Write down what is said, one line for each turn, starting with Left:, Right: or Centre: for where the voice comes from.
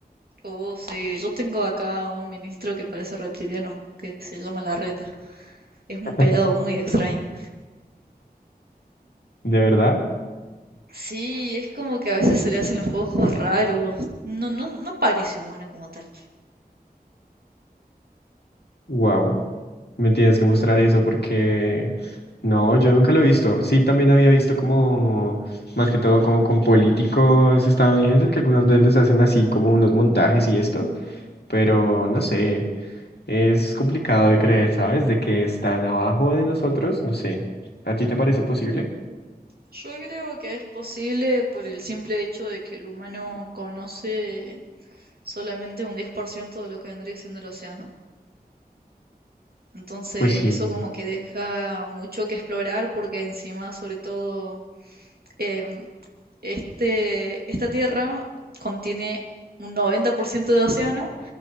Right: Oh, sí, yo tengo acá un ministro que parece reptiliano, que se llama Larreta. Es un
Left: <laughs>
Right: pelado muy extraño.
Left: ¿De verdad?
Right: Sí, es como que a veces se le hacen los ojos raros. No, no, no parece humano como tal.
Left: Wow. Me tienes que mostrar eso porque no, yo nunca lo he visto. Sí, también había visto como, más que todo, como con políticos estadounidenses que algunas veces les hacen así como unos montajes y esto, pero no sé. Es complicado de creer, ¿sabes? De que están abajo de nosotros, no sé. ¿A ti te parece posible?
Right: Yo creo que es posible por el simple hecho de que el humano conoce solamente un 10% de lo que vendría siendo el océano. Entonces,
Left: Pues sí,
Right: eso como que deja mucho que explorar porque encima, sobre todo, em, Este, esta tierra contiene un 90% de océano